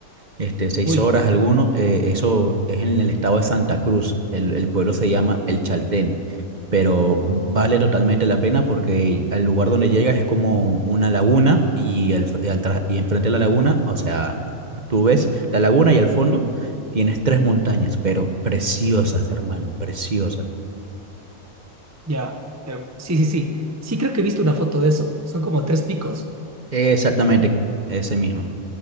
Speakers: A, on the right; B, on the right.
A: este, seis
B: Uy.
A: horas alguno, eh, eso es en el estado de Santa Cruz, el, el pueblo se llama El Chaltén, pero vale totalmente la pena porque al lugar donde llegas es como una laguna y, al fr- y al tra- y enfrente de la laguna, o sea, tú ves la laguna y al fondo tienes tres montañas, pero preciosas, hermano, preciosas.
B: Ya, pero- sí, sí, sí. Sí, creo que he visto una foto de eso. Son como tres picos.
A: Exactamente, ese mismo.